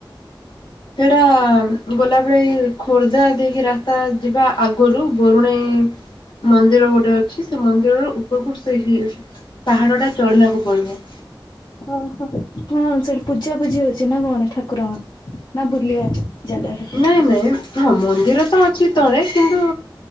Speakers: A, on the left (about 80°); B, on the left (about 60°).
A: ସେଇଟା ଗଲାବେଳେ ଏଇ ଖୋର୍ଦ୍ଧା ଦେଇକି ରାସ୍ତା ଯିବା ଆଗରୁ ବରୁଣେଇ ମନ୍ଦିର ଗୋଟେ ଅଛି ସେ ମନ୍ଦିରରୁ ଉପରକୁ ସେ ହିଲ୍ସ ପାହାଡ ଟା ଚଢିବାକୁ ପଡିବ।
B: ଓହୋ କଣ ସେଠି ପୂଜାପୂଜିି ହଉଛି ନା କଣ ଠାକୁରଙ୍କ? ନା ବୁଲିବା? ଜାଗା ଖାଲି
A: ନାଇଁ ନାଇଁ ହଁ ମନ୍ଦିର ତ ଅଛି ତଳେ କିନ୍ତୁ